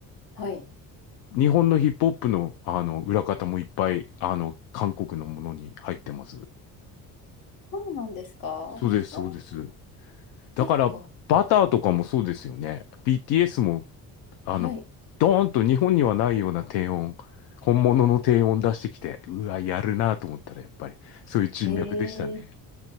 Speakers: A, on the left (about 70°); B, on the left (about 80°).
A: はい。
B: 日本のヒップホップの、あの裏方もいっぱいあの韓国のものに入ってます。
A: そうなんですかお、
B: そうです、そうです。だからバターとかもそうですよね。
A: そっか。
B: BTS もあのドーンと日本にはないような低音、
A: はい。
B: 本物の低音出してきて、うわ、やるなと思ったらやっぱりそういう人脈でしたね。
A: えええ